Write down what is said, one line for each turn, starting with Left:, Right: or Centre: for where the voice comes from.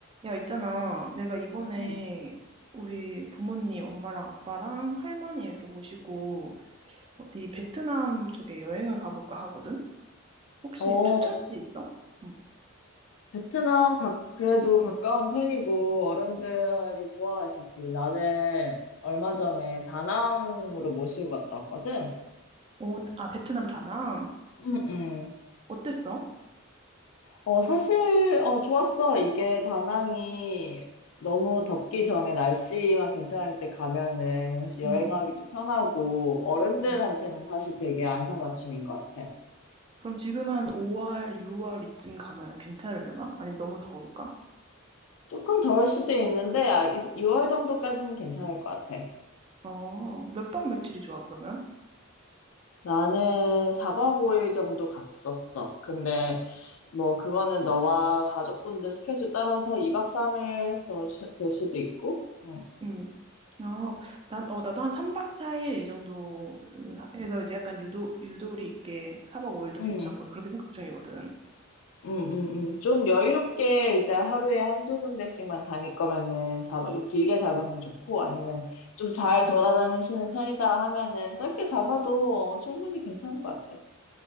Right: 야, 있잖아. 내가 이번에
Left: 응.
Right: 우리 부모님, 엄마랑 아빠랑 할머니 이렇게 모시고 어디 베트남 쪽에 여행을 가볼까 하거든? 혹시
Left: 어,
Right: 추천지 있어? 응.
Left: 베트남 가, 그래도 가까운 편이고 어른들이 좋아하시지. 나는 얼마 전에 다낭으로 모시고 갔다 왔거든.
Right: 오, 아, 베트남 다낭.
Left: 응, 응.
Right: 어땠어?
Left: 어, 사실, 어, 좋았어. 이게 다낭이 너무 덥기 전에 날씨만 괜찮을 때 가면은 사실 여행하기도
Right: 응,
Left: 편하고 어른들한테는
Right: 응.
Left: 사실 되게 안성맞춤인 것 같아.
Right: 그럼 지금 한 5월, 6월 이쯤 가면 괜찮으려나? 아니면 너무 더울까?
Left: 조금 더울 수도 있는데 아, 6월 정도까지는 괜찮을 것 같아.
Right: 어, 몇 박 며칠이 좋아, 그러면?
Left: 나는 4박 5일 정도 갔었어. 근데 뭐 그거는 너와 가족분들 스케줄 따라서 2박 3일 될 수도 있고. 응.
Right: 응. 어, 난, 어, 나도 한 3박 4일 이 정도 어, 해서 이제 약간 유도, 유도리 있게 4박 5일도
Left: 응.
Right: 괜찮고 그렇게 생각 중이거든.
Left: 응, 응, 응. 좀 여유롭게 이제 하루에 한두 군데씩만 다닐 거면은 사 박 좀 길게 잡으면 좋고 아니면 좀 잘 돌아다니시는 편이다 하면은 짧게 잡아도 충분히 괜찮은 것 같아.